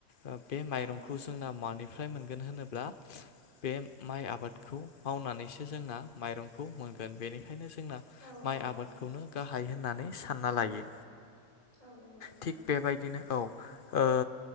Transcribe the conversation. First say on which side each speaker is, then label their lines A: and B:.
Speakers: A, on the left; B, on the left.
A: ओ बे माइरंखौ
B: औ नंगौ
A: जोंना मानि फ्राय मोनगोन होनोब्ला बे माइ आबादखौ मावनानैसो जोंना माइरंखौ मोन मोनगोन बेनिखायनो जोंना
B: औ
A: माइ
B: औ
A: आबादखौनो गाहाय होननानै सानना लायो।
B: औ नंगौ नोंथां
A: थिग बेबायदिनो औ ओ